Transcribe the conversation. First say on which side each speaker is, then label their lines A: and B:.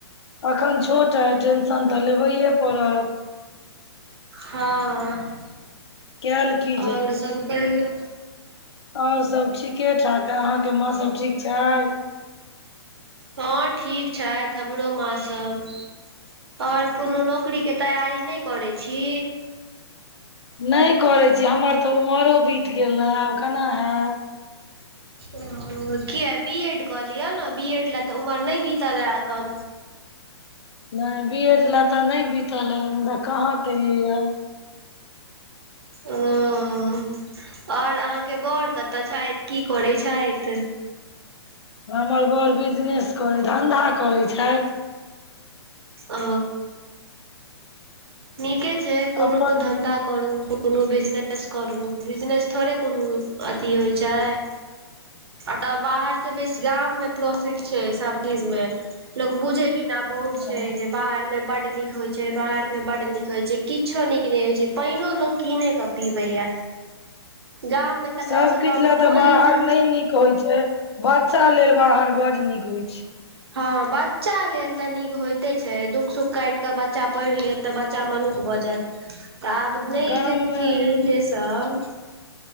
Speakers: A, on the left; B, on the right.
A: अखन छोट अइ टेंशन तऽ लेबैए पड़त
B: हँ
A: कयल की
B: आओर सब कहियौ
A: आऔर सब ठीके, ठाक, अय अहाँके माँ सब ठीक छैय।
B: हँ ठीक छैथ, हमरो माँ सब आओर कोनो नौकरी के तैयारी न‌इ करै छी।
A: न‌इ करै छी हमर तऽ उमरो बीत गेल न आब केना हैत,
B: ओ किया बीएड कऽ लियअ न बीएड ला तऽ उमर न‌इ बीतला अखन
A: न‌इ बीएड ला त न‌इ बीतला ह मुदा कहाँ केलिये ह,
B: हुं और आहाँ के बौर कतऽ छैथ की करै छैथ।
A: हमर बड़ बिजनेस, करै धन्धा, करैय छैथ।
B: ओ नीके छै, कोनो
A: अपन
B: धंन्धा करू कोनो बिजनेस करू बिजनेस थोड़े कोनो अथी होय छैय। अतऽ बाहर सबसे बेसी गाम में प्रोफिट छै सब चीज में लोक बुझेै बिनी रौद
A: नहि
B: छै जे बाहर में बड नीक होय छै बाहर में बड नीक होय छै किछो नीक नै होय छै, पैनो लोक कीने के पीवै ये। गाम मे तऽ
A: सब
B: कम से
A: किछ
B: कम
A: ले तऽ
B: पानि
A: बाहर नै नीक होय छै, बच्चा लेल बाहर बड नीक होय छै।
B: हं बच्चा लेल तऽ नीक होयते छैय, दुःख -सुख कैट कऽ बच्चा पैढ़ लेत तऽ बच्चा मनुख भऽ जायत, आब नै
A: गाममे
B: जेथिन जे सब